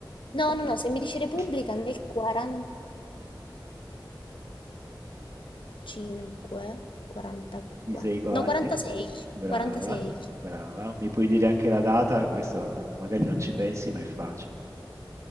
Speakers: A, on the left (about 80°); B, on the right (about 40°).
A: no, no, no, se mi dici Repubblica
B: eh.
A: nel 40, 45, 44,
B: Ci sei quasi.
A: no, 46,
B: Brava,
A: 46,
B: brava. Mi puoi dire anche la data? Questo magari non ci pensi, ma è facile.